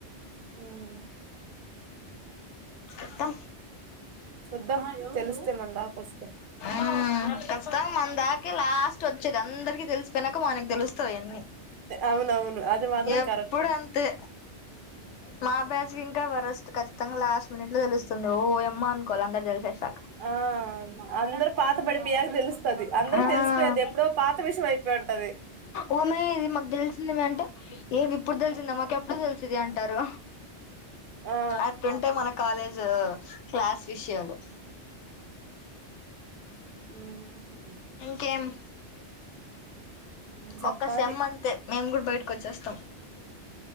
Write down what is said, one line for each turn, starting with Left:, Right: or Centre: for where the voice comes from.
Right: హుమ్
Left: ఎత్తం
Right: చూద్దామ తెలుస్తయ్ మనదాక ఒస్తే
Left: హుమ్మ్ కష్ట మ నాకే లాస్ట్ ఒచ్చేది అందరికి తెలిసిపోయినాక మనకి తెలుస్తాయి అన్నీ
Right: అవునవును అది మాత్రం
Left: ఎప్పుడు
Right: కరెక్ట్
Left: అంతే మా బ్యాజ్ ఇంకా ఇంక వరస్ట్ కస్ట్ తంగా లాస్ట్ మినిట్ లో తెలుస్ ఓ ఎమ్మ అనుకోవాలి అందరు కలి చేసాక
Right: ఆ అందరు పాత పడిపోయాక తెలుస్తది అందరు
Left: ఆ
Right: తెలిసిపోయది ఎప్పుడో పాత విషయం అయిపోయి ఉంటది
Left: ఓ మే ఇది మాకు తెలిసింది మే అంటే ఏది ఇప్పుడు తెల్సిన్దా మాకు ఎప్ మాకు కూడ తెల్సింది అంటారు
Right: ఆ
Left: అట్టుంటాయి మన కాలేజ్ క్లాస్ విషయాలు
Right: హుమ్
Left: ఇంకేం
Right: చెప్పాలి
Left: ఒక్క సెమ్ అంతే మేము కూడా బయట్ కొచ్చేస్తాం